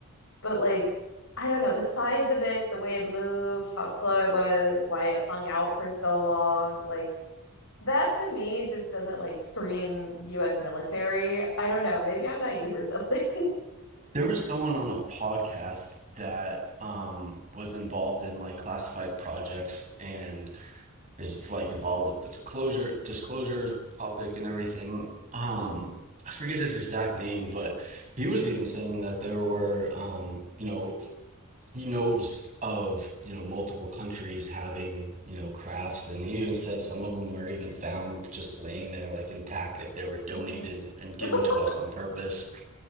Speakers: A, on the left (about 70°); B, on the right (about 35°).
A: But like, I don't know, the size of it, the way it moved, how slow it was, why it hung out for so long, like That to me just doesn't like scream US military. I don't know. Maybe I'm naive or something.
B: There was someone on a podcast that um, was involved in like classified projects and is like involved with the disclosure disclosure topic and everything. Um, I forget his exact name, but he was even saying that there were, um, you know, he knows of you know multiple countries having you know crafts and he even said some of them are even found just laying there like intact like they were donated
A: Mhm.
B: and given
A: <laughs>
B: to us on purpose